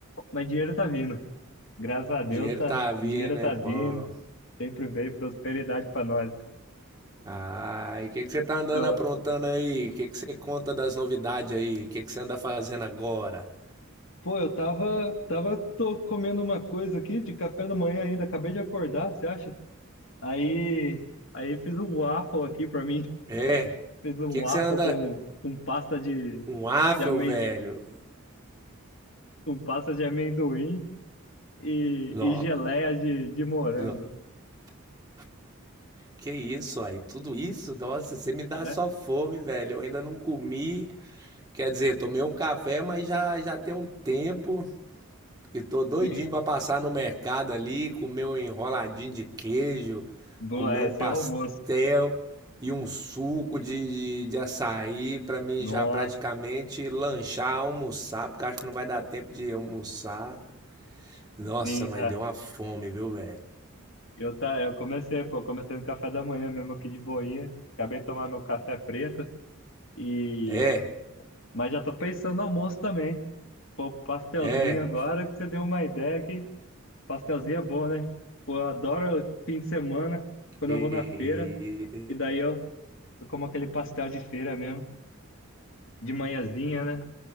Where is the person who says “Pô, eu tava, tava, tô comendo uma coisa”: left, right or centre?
Left